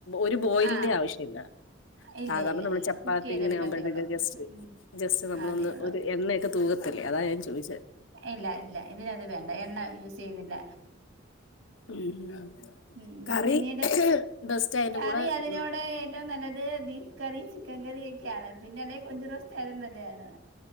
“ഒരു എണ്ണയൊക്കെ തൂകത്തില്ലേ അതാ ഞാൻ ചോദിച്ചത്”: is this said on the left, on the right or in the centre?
Left